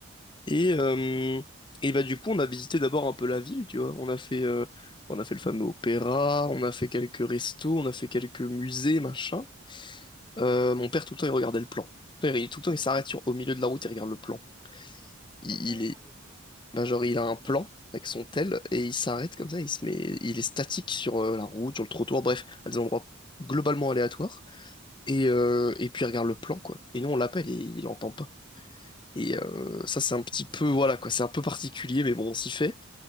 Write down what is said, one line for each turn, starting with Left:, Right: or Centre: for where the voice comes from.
Left: Et, euh, et bah du coup, on a visité d'abord un peu la ville, tu vois. On a fait, euh, on a fait le fameux opéra, on a fait quelques restos, on a fait quelques musées, machin. Euh, mon père, tout le temps, il regardait le plan. Mon père, il, tout le temps, il s'arrête sur- au milieu de la route, il regarde le plan. Il,
Right: Comment ça,
Left: il
Right: il regarde
Left: est,
Right: le plan?
Left: bah, genre, il a un plan avec son tel et il s'arrête comme ça, il se met, il est statique sur euh, la route, sur le trottoir, bref, à des endroits globalement aléatoires. Et, euh, et puis, il regarde le plan, quoi. Et nous, on l'appelle et il entend pas. Et euh, ça, c'est un petit peu, voilà, quoi, c'est un peu particulier, mais bon, on s'y fait.